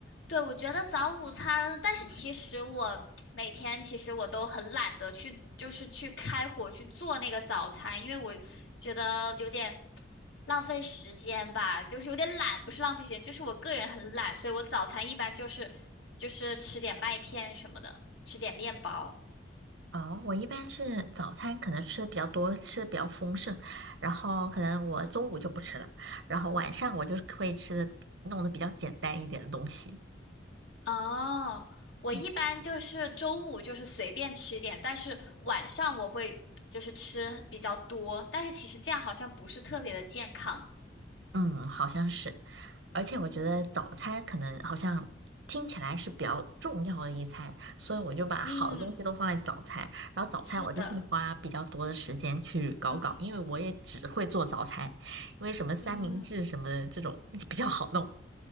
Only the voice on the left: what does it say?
对，我觉得早午餐，但是其实我每天其实我都很懒得去，就是去开火去做那个早餐，因为我觉得有点浪费时间吧，就是有点懒，不是浪费时间，就是我个人很懒，所以我早餐一般就是就是吃点麦片什么的，吃点面包。
哦，我一般就是中午就是随便吃一点，
但是晚上我会就是吃比较多，但是其实这样好像不是特别的健康。
嗯
嗯，
是的。嗯
嗯，